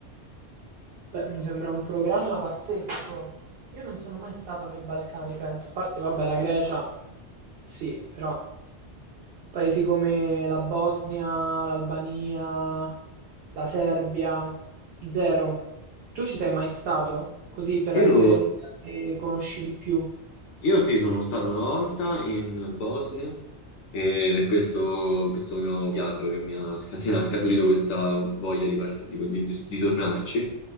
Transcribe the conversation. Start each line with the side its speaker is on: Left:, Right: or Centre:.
Right: Beh, mi sembra un programma pazzesco. Io non sono mai stato nei Balcani, penso. A parte, vabbè, la Grecia, sì, però paesi come la Bosnia, l'Albania, la Serbia, zero. Tu ci sei mai stato? Così per avere
Left: Io
Right: un'idea se conosci di più.
Left: Io sì, sono stato una volta in Bosnia ed è questo, questo mio viaggio che mi ha scaten- <laughs> ha scaturito questa voglia di, part- di- di- di tornarci.